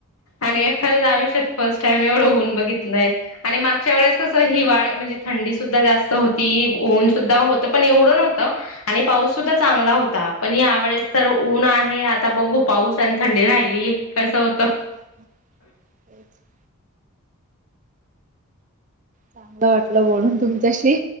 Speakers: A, on the left (about 75°); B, on the right (about 35°).
A: आणि खरंच आयुष्यांत फर्स्ट टाइंम एवढं होऊंन बघितलंय आणि मागच्यां वेळेस कसं हिवाळ म्हणजे थंडी सुद्धां जास्तं होती ऊंन सुद्धां होतं पणं एवढं नव्हतं आणि पाऊस सुद्धां चांगला होतां पणं यावेेळेस तरं ऊंन आहे आंता बघूं पाऊस आणि थंडी राहिल ते कसं होतं
B: ह ह ते <unintelligible> चांगलं वाटलं बोलूंन तुमच्यांशी